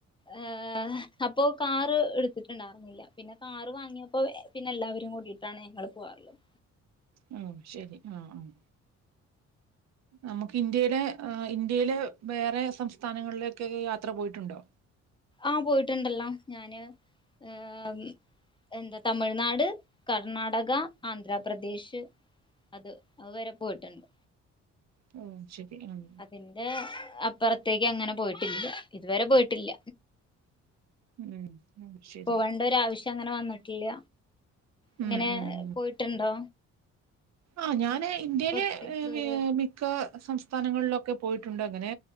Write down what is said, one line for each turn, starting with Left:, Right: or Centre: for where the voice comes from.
Left: ആഹ് അപ്പോ കാറ് എടു ത്തിട്ടെണ്ടായിരുന്നില്ല പിന്നെ കാറ് വാങ്ങിയപ്പോ പിന്നെ എല്ലാവരും കൂടിട്ടാണ്. ഞങ്ങള് പോകാറിള്ളത്‌
Right: ഉം ശരി. ആഹ് ആഹ് നമുക്ക് ഇന്ത്യയിലെ ഇന്ത്യയിലെ വേറെ സംസ്ഥാനങ്ങളിലൊക്കെ യാത്ര പോയിട്ടുണ്ടോ
Left: ആ പോയിട്ടുണ്ടല്ലോ ഞാന്, ഏഹ് എന്താ തമിഴ്നാട്, കർണാടക, ആന്ധ്രാപ്രദേശ്, അത് അതു വരെ പോയിട്ടുണ്ട്
Right: മ് ശരി ഉം
Left: അതിന്റെ അ പുറത്തേക്ക് അങ്ങനെ പോയിട്ടില്ല ഇതുവരെ പോയിട്ടില്ല
Right: ഉം ഉം ശരി
Left: പോവേണ്ട ഒരു ആവശ്യം അങ്ങനെ വന്നിട്ടില്ല ഇങ്ങനെ
Right: ഉം ഉം ഉം
Left: പോയിട്ടുണ്ടോ
Right: ആഹ് ഞാന് ഇന്ത്യയിലെ
Left: പുറത്ത് ദൂര
Right: മിക്ക സംസ്ഥാനങ്ങളിലൊക്കെ പോയിട്ട് ട്ടുണ്ട് അങ്ങനെ